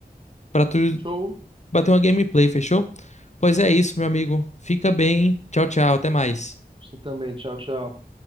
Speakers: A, on the left; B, on the right.
A: para tu
B: Show.
A: bater uma gameplay, fechou? Pois é isso, meu amigo. Fica bem. Tchau, tchau, até mais.
B: Você também. Tchau, tchau.